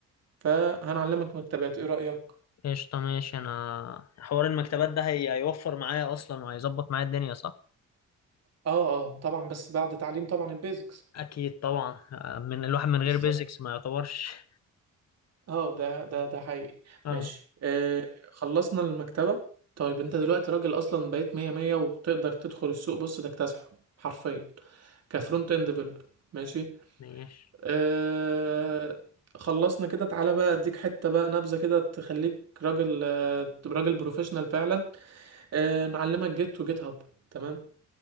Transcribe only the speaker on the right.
فهنعلمك مكتبات ايه رأيك
تمام.
اه اه طبعا بس بعد تعليم طبعا البيزكس
بالظبط
اه ده ده ده حقيقي
ماشي آه خلصنا المكتبة طيب انت دلوقتي راجل اصلا بقيت مية مية وتقدر تدخل السوق بص تكتسحه حرفيا كفرونت اند ديفلوبر ماشي
آه خلصنا كده تعالى بقى اديك حتة بقى نبذة كده تخليك راجل آه تبقى راجل بروفيشنال فعلا آه نعلمك جيت وجيت هاب تمام